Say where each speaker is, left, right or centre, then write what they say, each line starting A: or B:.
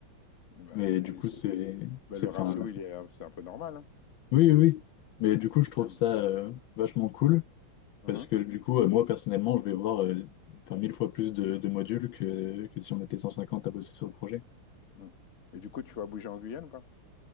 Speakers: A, on the left; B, on the left.
A: Bah,
B: Mais
A: c'est,
B: du coup,
A: c'est-
B: c'est...
A: bah,
B: c'est,
A: le
B: enfin,
A: ratio, il est, c'est un peu normal, hein,
B: oui, oui. oui. Mais du coup,
A: au
B: je
A: final.
B: trouve ça euh, vachement cool.
A: Mhm,
B: Parce que du coup, euh, moi personnellement, je vais voir euh, enfin, mille fois plus de, de modules que, que si on était 150 à bosser sur le projet.
A: mhm. Et du coup, tu vas bouger en Guyane, pas